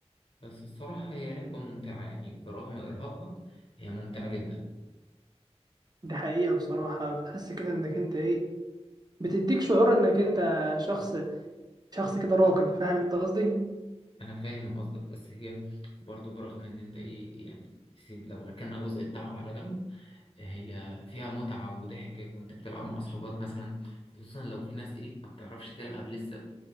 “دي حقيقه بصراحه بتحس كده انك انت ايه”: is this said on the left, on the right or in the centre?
Right